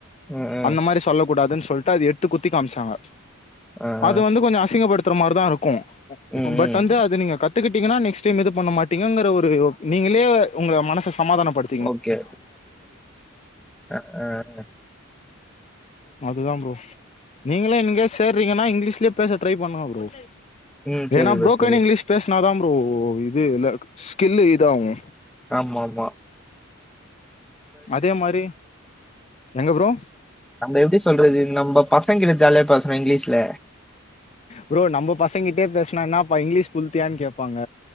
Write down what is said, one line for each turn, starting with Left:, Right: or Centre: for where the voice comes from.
Centre: ம் ம்
Left: அந்த மாரி சொல்ல கூடாதுன் சொல்ட்டு அது எத்து குத்தி காம்ச்சாங்க
Centre: ஆ ஆ
Left: அது வந்து கொஞ்சோ அசிங்கப்படுத்துற மாரிதா இருக்கு
Centre: ம்
Left: பட்
Centre: ம்
Left: வந்து அது நீங்க கத் கத்துக்கிட்டீங்கன்னா நெக்ஸ்ட் டைம் இது பண்ண மாட்டிங்ககிற ஒரு நீங்களே உங்க மனச சமாதானப்படுத்
Centre: ஓகே அ அ
Left: அதுதா ப்ரோ நீங்களே இங்க சேறீங்கன்னா இங்லீஷ்லயே பேச ட்ரை பண்ணுங்க ப்ரோ
Centre: ம் சரி
Left: ஏன்னா
Centre: ப்ரோ
Left: புரோக்கன்
Centre: சரி
Left: இங்லீஷ் பேஸ்னாதா ப்ரோ இது இல்ல ஸ்கில்லு இதாவு
Centre: ஆமாமா
Left: அதே மாரி எங்க ப்ரோ
Centre: நம்ம எப்டி சொல்றது நம்ம பசங்கிட்ட ஜாலியா பேசுறோ இங்லீஷ்ல
Left: ப்ரோ நம்ம பசங்கிட்டே பேஸ்னா என்னாப்பா இங்லீஷ் புலுத்தியான் கேப்பாங்க